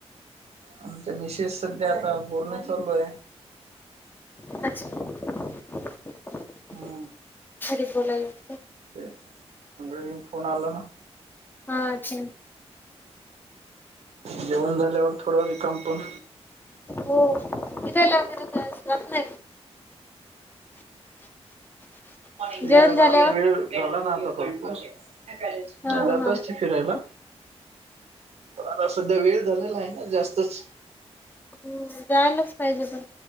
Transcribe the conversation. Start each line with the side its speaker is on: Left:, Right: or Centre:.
Right: आमचे मिसेस सध्या आता बोलणं चालू आहे.
Left: अच्छा <inaudible>
Right: हा.
Left: घरी बोलालेत.
Right: <unintelligible> फोन आलेला.
Left: हा.. <unintelligible>
Right: जेवण झाल्यावर थोडं रिकाम पण.
Left: हो <unintelligible> <inaudible>
Right: फिरायला
Left: जेवण झाल्यावर
Right: वेळ झाला ना आता भरपूर? नाही
Left: हा हा
Right: जातच
Left: हा
Right: फिरायला पण आता सध्या वेळ झालेला आहे ना जास्तच.
Left: हम्म जायलाच पाहिजे पण,